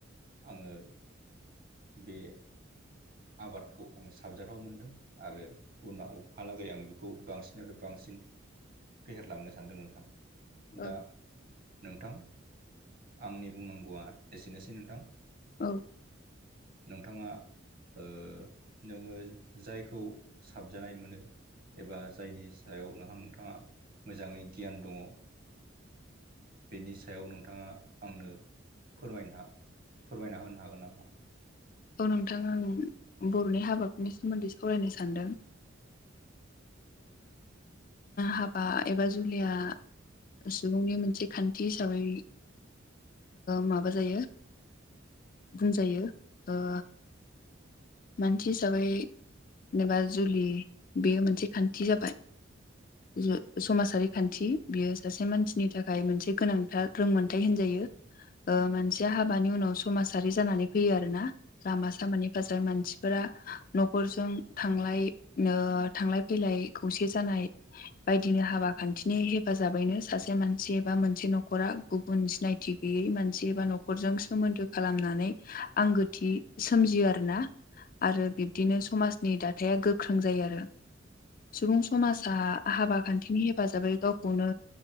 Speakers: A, on the right (about 50°); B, on the left (about 45°).
A: आङो बे आबादखौ आङो साबजाथाव मोनदों आरो उनहालागै आङो बेखौ बांसिन बांसिन फेहेरलांनो सानदों नोंथाङा!
B: औ
A: दा नोंथां आंनि बुंनांगौआ एसेनोसै नोंथां।
B: औ
A: नोंथाङा ओ नोङो जायखौ साबजानाय मोनो एबा जायनि सायाव नोंथाङा मोजाङै गियान दङ बेनि सायाव नोंथाङा आंनो फोरायनो फोरमायना होनो हागोन नामा?
B: औ नोंथां आं बर'नि हाबाफोरनि सोमोन्दै सावरायनो सानदों हाबा एबा जुलिया सुबुंनि मोनसे खान्थि हिसाबै माबा जायो। बुंजायो ओ मानसि हिसाबै जेनेबा जुलि बेयो मोनसे खान्थि जाबाय।
A: <inaudible>
B: जो समाजारि खान्थि बियो सासे मानसिनि थाखाय मोनसे गोनांथार रोंमोनथायाइ होनजायो। ओ मानसिया हाबानि उनाव समाजारि जानानै फैयो आरो ना। लामा सामानि फासे मान सिफोरा न'खरजों थांलाय नो थांलाय फैलाय खौसे जानाय बायदिनि हाबा खान्थिनि हेफाजाबैनो सासे मानसि एबा मोनसे न'खरा गुबुन सिनायथि गैयै मानसि एबा न'खरजों सोमोन्दो खालामनानै आंगोथि सोमजियो आरो ना। आरो बिब्दिनो समाजनि दाथाया गोख्रों जायो आरो। सुबुं समाजा हाबा खान्थिनि हेफाजाबै गावखौनो।